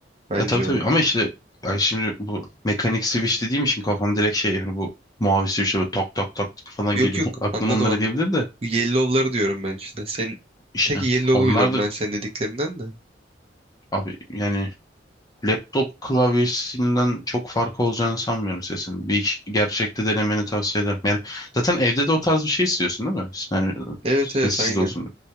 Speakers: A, on the right; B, on the left.
A: bence
B: E, tabii tabii
A: o.
B: ama işte yani şimdi bu mekanik switch dediğim için kafam direkt şey hani bu mavi switch'e böyle tak tak tak tak falan
A: Yok
B: geliyor.
A: yok
B: <laughs> Aklım
A: anladım
B: onlara
A: anladım.
B: gelebilir de
A: Bu yellow'ları diyorum ben işte. Sen
B: işte
A: tek yellow'u
B: onlar
A: biliyorum
B: da
A: ben senin dediklerinden de.
B: abi yani laptop klavyesinden çok farkı olacağını sanmıyorum sesinin. Bir iş- gerçekte denemeni tavsiye ederim. Yani zaten evde de o tarz bir şey istiyorsun değil mi? Yani
A: Evet
B: sessiz
A: evet aynı.
B: de olsun.